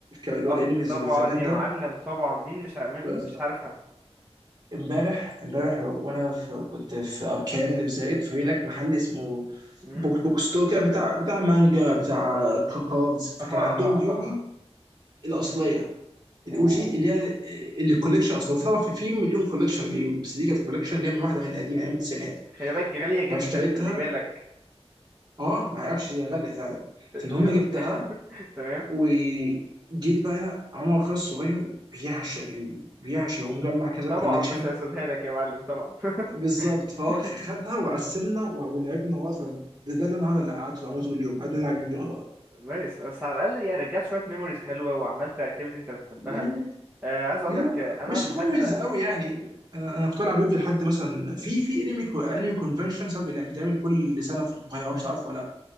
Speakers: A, on the right; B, on the right.
A: اللي هو
B: اه
A: الانمي زمان
B: طبعا يا معلم طبعا مين مش ع... مين
A: ده
B: مش عارفها؟
A: امبارح امبارح وانا في كنت في اركان اللي في زايد ففي هناك محل اسمه
B: امم
A: بوك بوك ستور كده بتاع بتاع مانجا بتاع كاردز
B: اها
A: فكان عندهم
B: اها اها
A: يوجي
B: اها
A: الاصليه الاو
B: اوه
A: جي اللي هي اللي الكوليكشن اصلا وفي طبعا في في مليون كوليكشن ليوجي بس دي كانت كوليكشن اللي هي من واحده من القديمه ايام التسعينات
B: خلي بالك غالية جدا
A: فاشتريتها
B: خلي بالك
A: اه ما اعرفش هي غاليه فعلا
B: <laughs>
A: فالمهم
B: يا-
A: جبتها
B: <laughs> تمام
A: وجيت بقى هنا عمر اخويا الصغير بيعشق يوجي بيعشق ومجمع كذا
B: طبعا
A: كوليكشن
B: مش هسيبها لك يا معلم طبعا
A: بالظبط فهو
B: <laughs>
A: خدها وقسمنا و- ولعبنا ورا ده, ده اللي انا هقعد- اللي قعدت العب طول اليوم قعدنا نلعب يوجي مع بعض
B: نايس بس على الاقل يعني رجعت شويه ميموريز حلوه وعملت اكتيفيتي انت بتحبها
A: يا
B: آه عايز اقول
A: يا
B: لك آه، انا
A: مش
B: لما بحب
A: ميموريز قوي يعني انا انا كنت بلعب يوجي لحد مثلا في في انمي كو- انمي كونفنشن ساعات بيلعب- بيتعمل كل سنه في القاهره مش تعرفه ولا لا